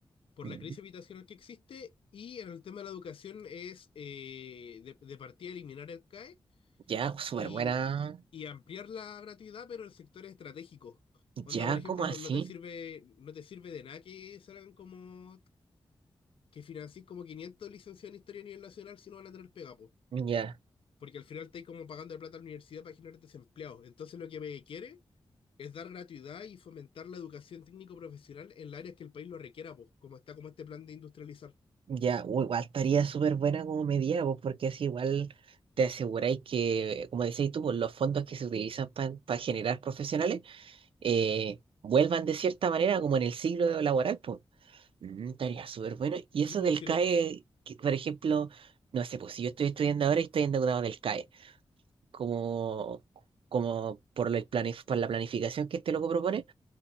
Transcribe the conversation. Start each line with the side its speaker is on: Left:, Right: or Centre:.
Left: por
Right: Mm.
Left: la crisis habitacional que existe y en el tema de la educación es eh, de, de partida eliminar el CAE
Right: Ya, súper
Left: y,
Right: buena.
Left: y ampliar la gratuidad pero en sectores estratégicos.
Right: ¿Ya?
Left: Onda, por ejemplo,
Right: como así?
Left: no, no te sirve, no te sirve de nada que salgan como que financís como 500 licenciados en historia a nivel nacional si no van a tener pega, po.
Right: Ya.
Left: Porque al final estáis como pagando plata a la universidad para generar desempleados. Entonces lo que me quiere es dar gratuidad y fomentar la educación técnico-profesional en las áreas que el país lo requiera, pues, como está como este plan de industrializar.
Right: Ya, u- igual estaría súper buena como medida, pues, porque así igual te aseguráis que, como decís tú, pues, los fondos que se utilizan para generar profesionales eh, vuelvan de cierta manera como en el siglo laboral, pues. Mm, estaría súper bueno. Y
Left: Sí,
Right: eso
Left: pues,
Right: del
Left: sí,
Right: CAE,
Left: lo-
Right: que, por ejemplo, no sé, pues si yo estoy estudiando ahora y estoy endeudado del CAE, como, como por, lo- el planif- por la planificación que este loco propone,